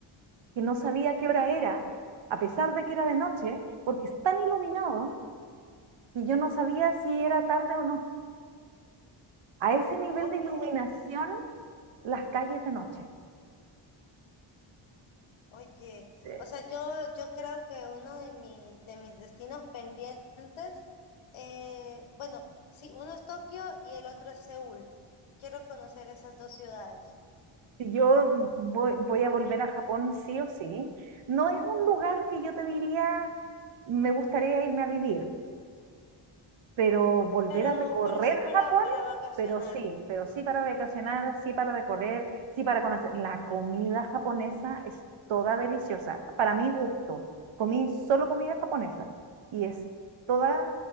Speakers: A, on the right; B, on the left.
A: que no
B: Ujú,
A: sabía qué hora era, a pesar de que era de noche, porque es tan iluminado que yo no sabía si era tarde o no. A ese nivel
B: Ok.
A: de iluminación, las calles de noche.
B: Oye,
A: eh,
B: o sea, yo, yo creo que uno de mis, de mis destinos pendientes, eh, bueno, sí, uno es Tokio y el otro es Seúl. Quiero conocer esas dos ciudades,
A: si Yo voy, voy a volver a Japón sí o sí. No es un lugar que yo te diría, me gustaría irme a vivir pero volver
B: pero,
A: a recorrer
B: pero sí para,
A: Japón,
B: para vacacionar.
A: pero sí, pero sí para vacacionar, sí para recorrer, sí para conocer. La comida japonesa es toda deliciosa, para mi gusto. Comí solo comida japonesa y es toda